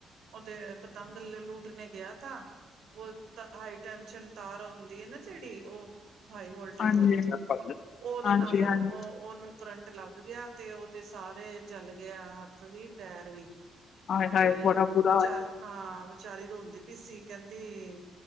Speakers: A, on the right (about 70°); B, on the left (about 60°).
A: ਉਹਦੇ ਪਤੰਗ ਲੁਟਨੇ ਗਆ ਥਾਂ ਵੋਹ। ਹਾਈ ਟੈਸ਼ਨ ਤਾਰ ਹੁੰਦੀ ਹੈ ਨਾ ਜਿਹੜੀ ਉਹ। ਹਾਈ ਵੋਲਟੇਜ
B: ਹਾਂਜੀ,
A: ਵਾਲੀ ਉਹਦੇ
B: ਹਾਂਜੀ,
A: ਨਾਲ ਉਹ
B: ਹਾਂਜੀ।
A: ਉਹਨੂੰ। ਕਰੰਟ ਲੱਗ ਗਿਆ ਤੇ ਉਹਦੇ ਸਾਰੇ ਜਲ ਗਿਆ ਹੱਥ ਵੀ ਪੈਰ ਵੀ।
B: ਹਾਏ-ਹਾਏ
A: ਤੇ
B: ਬੜਾ ਬੁਰਾ
A: ਵਿਚਾਰ
B: ਹੋਇਆ,
A: ਹਾਂ ਵਿਚਾਰੀ ਰੋਂਦੀ ਪਈ ਸੀ ਕਹਿੰਦੀ।